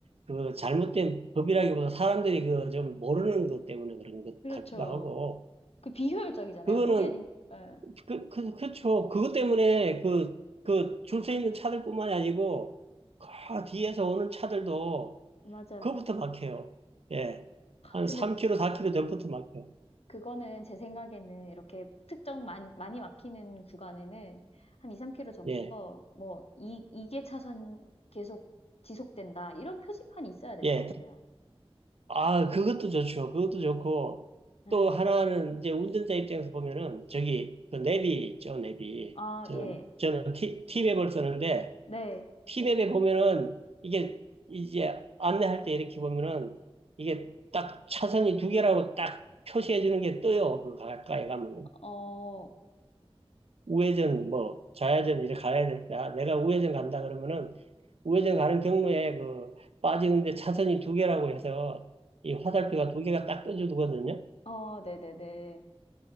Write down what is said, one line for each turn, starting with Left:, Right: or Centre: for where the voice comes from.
Right: 그 잘못된 법이라기보다 사람들이 그 좀 모르는 것 때문에 그런 것
Left: 그렇죠.
Right: 같기도 하고.
Left: 그 비효율적이잖아요.
Right: 그거는,
Left: 거기 아니, 예.
Right: 그, 그, 그쵸. 그것 때문에 그, 그 줄서 있는 차들뿐만이 아니고, 그 뒤에서 오는 차들도
Left: 맞아요.
Right: 그거부터 막혀요. 예. 한
Left: 근데
Right: 3km, 4km 전부터 막혀요.
Left: 그거는 제 생각에는 이렇게 특정 많- 많이 막히는 구간에는 한 2, 3km 전부터
Right: 예.
Left: 뭐 이, 이 개 차선 계속 지속된다. 이런 표지판이 있어야 될
Right: 예.
Left: 것 같아요.
Right: 아, 그것도 좋죠. 그것도 좋고,
Left: 네.
Right: 또 하나는 이제 운전자 입장에서 보면은, 저기, 그 내비 있죠, 내비.
Left: 아,
Right: 저는,
Left: 예.
Right: 저는 티, 티맵을 쓰는데,
Left: 네.
Right: 티맵에 보면은, 이게, 이제 안내할 때 이렇게 보면은, 이게 딱 차선이 두 개라고 딱 표시해 주는 게 떠요. 그 가까이 가면은.
Left: 어,
Right: 우회전 뭐 좌회전 이렇게 가야 될 때, 아, 내가 우회전 간다 그러면은 우회전 가는 경로에 그 빠지는데 차선이 두 개라고 해서 이 화살표가 두 개가 딱 떠주거든요.
Left: 어, 네네네.